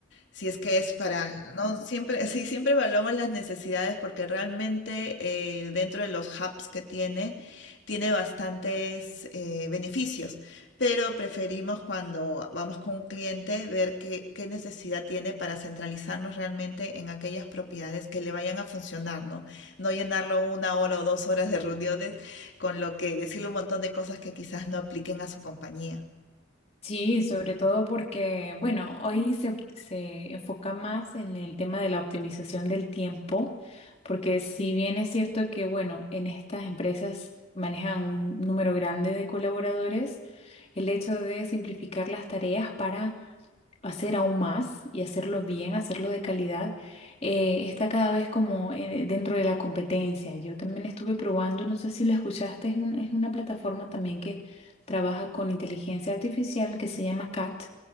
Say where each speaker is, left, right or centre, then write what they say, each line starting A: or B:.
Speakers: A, on the left; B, on the left.
A: Si es que es para, no siempre, sí, siempre evaluamos las necesidades porque realmente eh, dentro de los hubs que tiene, tiene bastantes eh, beneficios, pero preferimos cuando vamos con un cliente ver qué, qué necesidad tiene para centralizarnos realmente en aquellas propiedades que le vayan a funcionar, ¿no? No llenarlo una hora o dos horas de reuniones con lo que decirle un montón de cosas que quizás no apliquen a su compañía.
B: Sí, sobre todo porque, bueno, hoy se, se enfoca más en el tema de la optimización del tiempo, porque si bien es cierto que, bueno, en estas empresas manejan un número grande de colaboradores, el hecho de simplificar las tareas para hacer aún más y hacerlo bien, hacerlo de calidad, eh, está cada vez como eh, dentro de la competencia. Yo también estuve probando, no sé si lo escuchaste, es, un- es una plataforma también que trabaja con inteligencia artificial que se llama CAT.